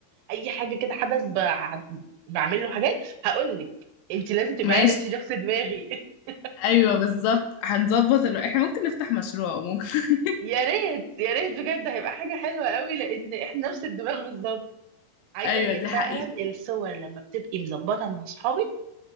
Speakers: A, on the right; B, on the left.
A: اي حاجه كده حدث بع- بعمل له حاجات هقول لك انت لازم تبقى
B: ماشي
A: عارفه انت نفس دماغي <laughs>
B: ايوه بالظبط هنظبط الو... احنا ممكن نفتح مشروع ممكن <laughs>
A: يا ريت يا ريت بجد هيبقى حاجه حلوه قوي لان احنا نفس الدماغ بالظبط عايزه
B: ايوه
A: اقول لك
B: دي
A: فعلا
B: حقيقة
A: الصور لما بتبقي مظبطه مع اصحابك